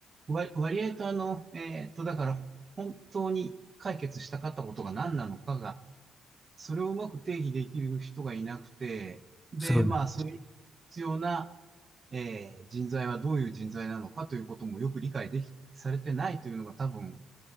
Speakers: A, on the right; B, in the centre.
A: 割、割合とあの、えーっと、だから、本当に解決したかったことが何なのかが、それをうまく定義できる人がいなくて、で、
B: そうな
A: まあ、それに必要な、えー人材はどういう人材なのかということもよく理解でき、されてないというのが多分、